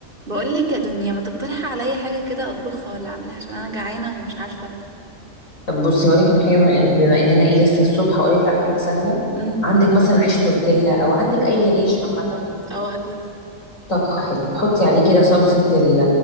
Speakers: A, on the right (about 40°); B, on the left (about 75°).
A: بقول لك يا دنيا ما تقترحي عليا حاجة كده أطبخها ولا أعملها عشان أنا جعانة ومش عارفة
B: طب بصي هقولك على حاجه بما إن- بما اننا ايه لسه الصبح هقولك على حاجه سهله
A: امم
B: عندك مثلا عيش تورتيلا او عندك اي عيش عامه
A: اه أكيد
B: طب حلو حطي عليه كده صلصه ال-